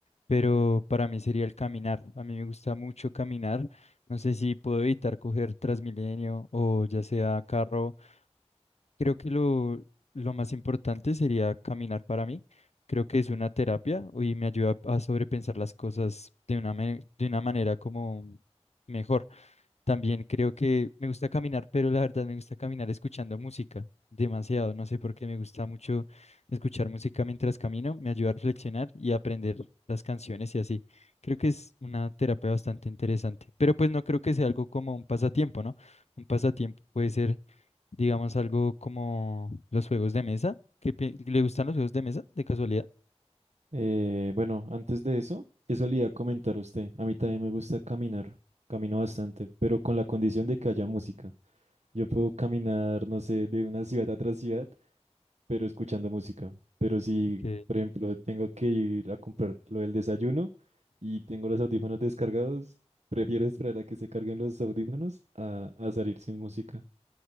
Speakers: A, on the left; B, on the right.
A: pero para mí sería el caminar. A mí me gusta mucho caminar. No sé si puedo evitar coger Transmilenio o ya sea carro. Creo que lo, lo más importante sería caminar para mí. Creo que es una terapia y me ayuda a sobrepensar las cosas de una, me- de una manera como mejor. También creo que me gusta caminar, pero la verdad me gusta caminar escuchando música demasiado. No sé por qué me gusta mucho escuchar música mientras camino. Me ayuda a reflexionar y a aprender las canciones y así. Creo que es una terapia bastante interesante. Pero pues no creo que sea algo como un pasatiempo, ¿no? Un pasatiempo puede ser, digamos, algo como los juegos de mesa. ¿Qué pi- le gustan los juegos de mesa, de casualidad?
B: Eh, bueno, antes de eso, eso le iba a comentar a usted. A mí también me gusta caminar, camino bastante, pero con la condición de que haya música. Yo puedo caminar, no sé, de una ciudad a otra ciudad, pero escuchando música. Pero si,
A: Ok,
B: por ejemplo, tengo que ir a comprar lo del desayuno y tengo los audífonos descargados, prefiero esperar a que se carguen los audífonos a, a salir sin música.